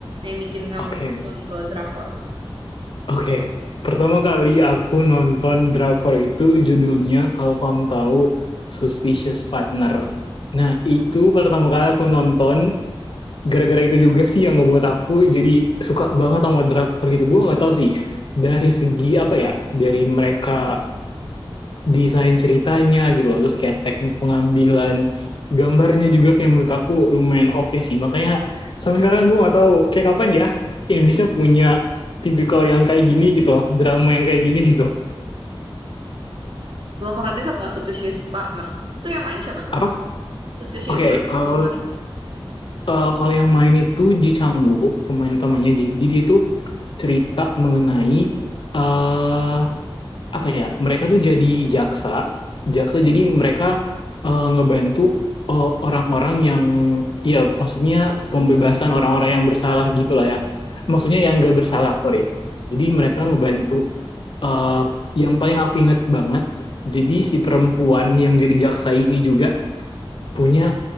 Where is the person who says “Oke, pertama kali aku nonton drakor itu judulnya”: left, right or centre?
Left